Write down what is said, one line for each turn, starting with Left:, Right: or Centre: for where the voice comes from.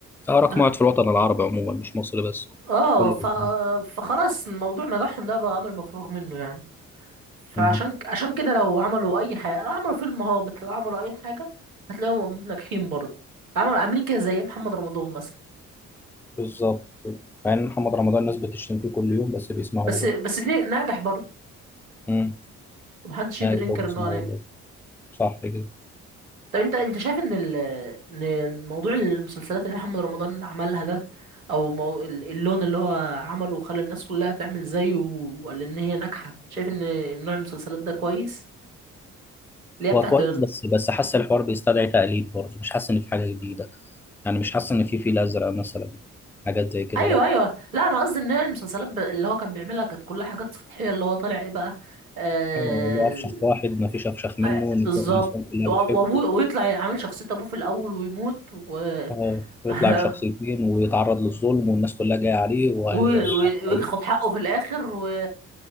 Centre: اه رقم
Right: ف...
Centre: واحد في الوطن العربي عموما مش مصر بس
Right: اه
Centre: كله
Right: ف...
Centre: بيسمع
Right: فخلاص موضوع نجاحهم ده بقى امر مفروغ منه يعني فعشان
Centre: مم.
Right: ك- عشان كده لو عملوا اي حاجة لو عملوا فيلم هابط لو عملوا اي حاجة هتلاقيهم ناجحين برضه عملوا عاملين كده زي إيه محمد رمضان مثلا
Centre: بالظبط كده مع ان محمد رمضان الناس بتشتم فيه كل يوم بس بيسمعوه
Right: بس
Centre: برضه
Right: بس بن- ناجح برضه
Centre: مم.
Right: ومحدش يقدر
Centre: ايوه
Right: ينكر
Centre: بيسمعوه
Right: ان هو ناجح
Centre: برضه. صح كده
Right: طب انت انت شايف ان ال ان موضوع المسلسلات اللي محمد رمضان عملها ده او مو ال- اللون اللي هو عمله وخلى الناس كلها تعمل زيه وقال ان هي ناجحه شايف ان نوع المسلسلات ده كويس اللي هي بتاعت
Centre: هو كويس
Right: ال...
Centre: بس بس حاسس الحوار بيستدعي تقليد برضه مش حاسس ان في حاجه جديده يعني مش حاسس ان في فيل ازرق مثلا حاجات زي كده
Right: ايوه
Centre: لا
Right: ايوه لا انا قصدي ان هي المسلسلات ب- اللي هو كان بيعملها كانت كلها حاجات سطحيه اللي هو طالع ايه بقى آه...
Centre: هو لو افشخ واحد ما فيش افشخ منه
Right: آه...
Centre: النساء
Right: بالظبط
Centre: النساء كلها
Right: وأبوه
Centre: بتحبه
Right: ويطلع عامل شخصية أبوه في الأول ويموت و
Centre: اه ويطلع
Right: <laughs>
Centre: بشخص اتنين ويتعرض للظلم والناس كلها جايه عليه و...
Right: و-
Centre: <laughs>
Right: و- وياخد حقه في الاخر و